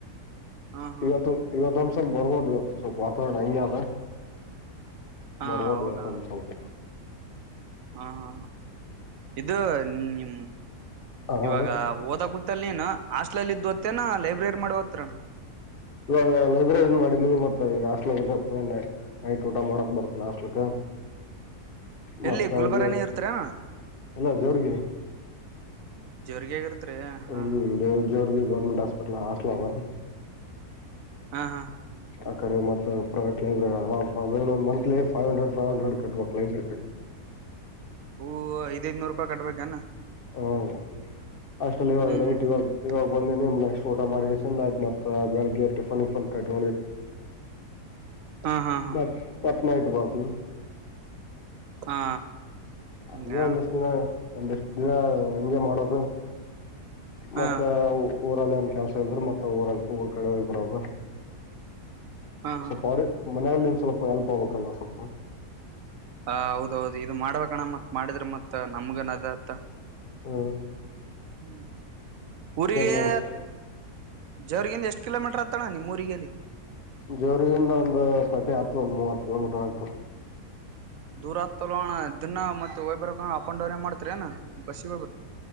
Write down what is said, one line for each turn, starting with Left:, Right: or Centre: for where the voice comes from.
Right: ಹಾ ಹಾ
Left: ಇವತ್ತು ಇವತ್ತು ಹ ಸಲ್ ಬರವೋ ದವತ್ತು ಸ ವಾತವರ್ರಣ ಆಗ್ಯತ
Right: ಹಾ
Left: ಬರ್ವದರತ್ತ
Right: ಹೌದಣ
Left: ಒಂದ್ ಸ್ವಲ್ಪ
Right: ಹಾ ಹಾ ಇದು ನಿ
Left: ಹ
Right: ಇವಾಗ ಓದ ಕುೂತ್ತಲ್ ನೀನು ಹಾಸ್ಟ್ಲ್ ಇದ್ದು ಹೊತ್ತೇನ ಲೈಬ್ರರಿ ಮಾಡೋ ಹತ್ರಣ
Left: ಇವಾಗ ಲೈಬ್ರರಿ ಏನ್ ಮಾಡಿನಿ ಮತ್ತೆ ಈಗ ಹಾಸ್ಲೆ ನೈಟ್ ಊಟ ಮಾಡೋಕ್ ಬರುತ್ತತ್ ನಾಸ್ಲ್ಕ್ ಮತ್ತ
Right: ಎಲ್ಲಿ
Left: ಬೆಳಗೆ
Right: ಗುಲ್ಬರಾನೇ ಇರ್ತರಣ
Left: ಎಲ್ಲ ಜೋರ್ಗೆ
Right: ಜೋರ್ಗಿಯಾಗ ಇರ್ತ್ರಿ ಹಾ
Left: ಹ್ಮ್
Right: ಹಾ
Left: ಜೋರ್ಗಿ ಗವರ್ಮೆಂಟ್ ಹಾಸ್ಪಿಟಲ್ಲ ಬ
Right: ಹಾ ಹಾ
Left: ಆ ಕಡೆ ಮತ್ತ private library monthly five hundred five hundred ಕಟ್ಬೇಕಕ್ ಲೈಬ್ರರಿ
Right: ಹೂ ಐದ್ ಐದ್ನೂರು ರೂಪಾಯಿ ಕಟ್ಬೇಕನಾ
Left: ಹ್ಮ್ ಅಷ್ಟಲ್ಲಿ ಇವಾಗ
Right: ಹ್ಮ್
Left: ನೈಟ ಇಿವ್ಗ
Right: ಹ್ಮ್
Left: ಇವಾಗ ಬಂದಿನಿಮ ನೆಕ್ಸ್ಟ್ ಊಟ ಮಾಡ ಆಯ್ತ್ತ್ತತ್ ಬೆಳಗ್ ಟಿಫನ್ಫನ್ ಕಟ್
Right: ಹಾ ಹಾ ಹಾ
Left: ನ ಪತ್ನಟ್ಟ ಬತು
Right: ಹಾ ಹಂಗೆ
Left: ಹಗೆ
Right: ಹಾ
Left: ಒಂದ ಎಷ್ಟ ದಿನ ಒಂದೆಷ್ಟ್ ದಿನ ಹೆಂಂಗಗೆ ಮಾಡೋದು
Right: ಹಾ
Left: ಮತ್ತ ಊರಲ್ಲಿ ಏನ್ ಕೆಲ್ಸ ಇದ್ರರು ಮತ್ತ ಊರಲ್ಕ ಊರ್ ಕಡೆ ಹೋಗ ಬರದ
Right: ಹಾ ಹ
Left: ಸ್ವಲ್ಪ ಅವ್ರ ಮನೆಯಲ್ಲಿಂದ ಸ್ವಲ್ಪ ಎಲ್ಪ್ ಆಗ್ಬೇಕಲ್ಲ್ಲ ಸ್ವಲ್ಪ
Right: ಹ ಹೌದ ಹೌದು ಇದು ಮಾಡ್ಬೇಕಣ್ಣ ಮತ್ ಮಾಡಿದ್ರೆ ಮತ್ ನಮ್ಗನ್ ಅದತ್ತ
Left: ಹ್ಮ
Right: ಹ್ಮ ಉರಿರಿಗೆ
Left: ಮಾಡ್ತಿ
Right: ಜೋರಿಗಂದ ಎಷ್ಟು ಕಿೋಮೀಟರ್ತ್ತತಣಮ್ಮ ಊರಿಗೆಗಲ್ಲಿ
Left: ಜೋರಿಗಂದ ಒಂದು ತಟಿ ಆತ ಒಂದ ಮೂವತ್ತು ಕಿಲೋಮೀಟರ್ ಆಗ್ತು
Right: ದೂರ ಆತ್ತಲ್ಲಣ ದಿನಾ ಮತ್ತ ಹಓಯ್ಬರ ಅ ೌನೇ ಮಾಡ್ತರಿ ಏ ಬಸ್ಸಿಗೆ ಹೋಗ್ಬರ್ತ